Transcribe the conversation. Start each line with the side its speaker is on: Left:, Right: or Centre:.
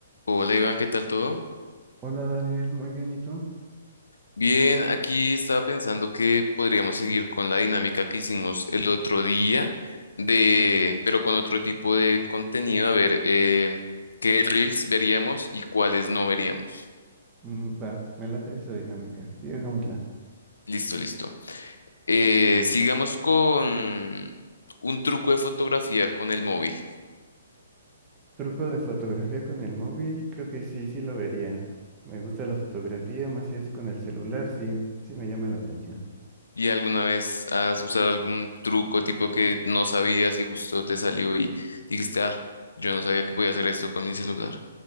Left: Hola Iván, ¿qué tal todo?
Right: Hola Daniel, muy bien, ¿y tú?
Left: Bien, aquí estaba pensando que podríamos seguir con la dinámica que hicimos el otro día, de, pero con otro tipo de contenido, a ver eh, qué reels veríamos y cuáles no veríamos.
Right: Mm, va, me late esa dinámica, sí, hagámosla.
Left: Listo, listo. Eh, sigamos con un truco de fotografía con el móvil.
Right: Truco de fotografía con el móvil, creo que sí, sí lo vería. Me gusta la fotografía, más si es con el celular, sí, sí me llama la atención.
Left: ¿Y alguna vez has usado algún truco tipo que no sabías y justo te salió y dijiste, ah, yo no sabía que podía hacer esto con mi celular?